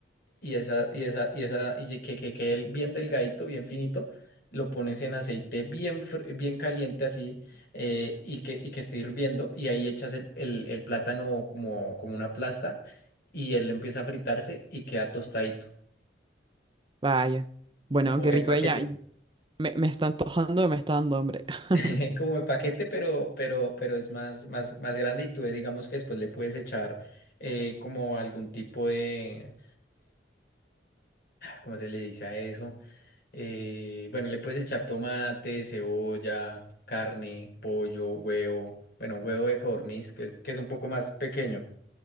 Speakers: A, on the left; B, on the right.
A: Y esa, y esa, y esa, y ye- que, que quede bien delgadito, bien finito, lo pones en aceite bien, fr- bien caliente así, eh, y que, y que esté hirviendo, y ahí echas el, el- el plátano como, como una plasta, y él empieza a fritarse y queda tostadito,
B: Vaya. Bueno,
A: como
B: qué
A: de
B: rico
A: paquete,
B: ella. Me, me está antojando, me está dando hambre. <laughs>
A: <laughs> como de paquete, pero, pero, pero es más, más, más grande, y tú digamos que después le puedes echar eh, como algún tipo de, ¿cómo se le dice a eso? Eh, bueno, le puedes echar tomate, cebolla, carne, pollo, huevo, bueno, huevo de codorniz, que, es- que es un poco más pequeño.